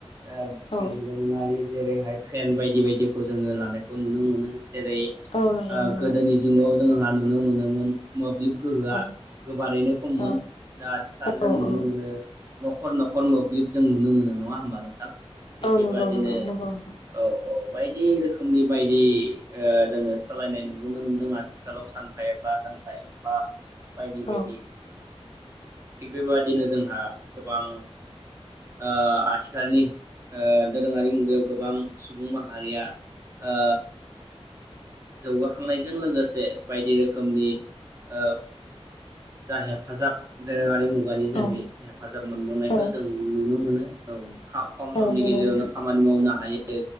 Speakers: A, on the right; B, on the left.
A: आ <unintelligible>
B: औ
A: बुनारि जेरैहाय फेन बायदि बायदिखौ जोङो लानायखौ नुनो मोनो जेरै
B: औ नंगौ
A: ओ
B: नंगौ
A: गोदोनि जुगाव जोंहा नुनो मोनोमोन मोब्लिब गोहोआ
B: औ
A: गोबारैनो खममोन
B: औ
A: दा आथिखाल जों
B: औ
A: नुनो
B: औ
A: मोनो न'खर न'खर मोब्लिब जों नुनो मोनो नङा होमबा नोंथां थिग
B: औ
A: बेबादिनो
B: नंगौ नंगौ नंगौ नोंथां
A: औ औ बायदि रोखोमनि बायदि ओ जोङो सोलायनाय नुबोनो मोनदों आथिखालाव सानफा एफा सानफा ए बा बायदि
B: औ
A: बायदि थिग बेबादिनो जोंहा गोबां ओ आथिखालनि ओ दोरोङारि मुगायाव गोबां सुबुं माहारिया ओ जौगाखांनायजों लोगोसे बायदि रोखोम रोखोमनि ओ जा हेफाजाब दोरोङारि मु मगानि जोहै
B: औ
A: हे हेाजाब मोनबोनायखौ
B: औ
A: जों नुनो मोनो औ का खम समनि
B: औ नंगौ
A: गेजेरावनो
B: नोंथां
A: खामानि मावनो हायो ए